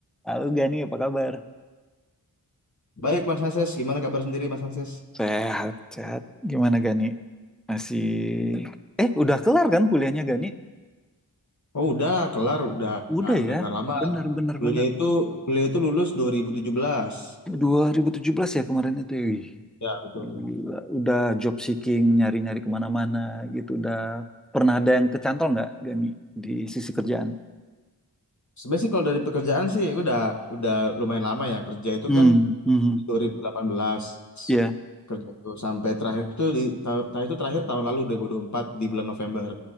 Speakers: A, in the centre; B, on the left (about 45°).
A: Halo Gani, apa kabar?
B: Baik Mas Hanses, gimana kabar sendiri Mas Hanses?
A: Sehat, sehat. Gimana Gani? Masih... Eh, udah kelar kan kuliahnya Gani?
B: Oh udah kelar, udah
A: Udah
B: udah
A: ya,
B: kelar lama.
A: bener bener
B: Beliau
A: bener.
B: itu beliau itu lulus dua ribu tujuh belas
A: 2017 ya kemarin itu. ya. Wih,
B: Ya betul.
A: gila. Udah job seeking, nyari-nyari kemana-mana gitu. Udah pernah ada yang kecantol nggak Gani di sisi kerjaan?
B: Sebenarnya sih kalau dari pekerjaan sih aku udah udah lumayan lama ya kerja itu
A: Hmm,
B: kan
A: hmm,
B: dua ribu delapan belas
A: ya.
B: kerja tuh sampai terakhir tuh di tahun terakhir itu terakhir tahun lalu dua dua ribu dua puluh empat di bulan November.